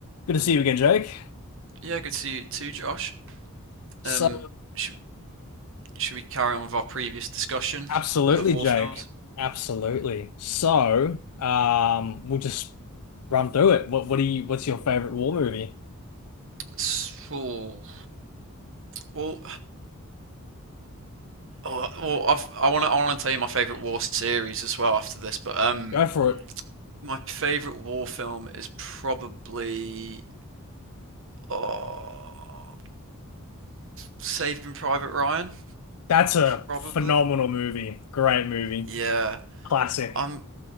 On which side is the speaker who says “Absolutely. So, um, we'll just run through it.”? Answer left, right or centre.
Left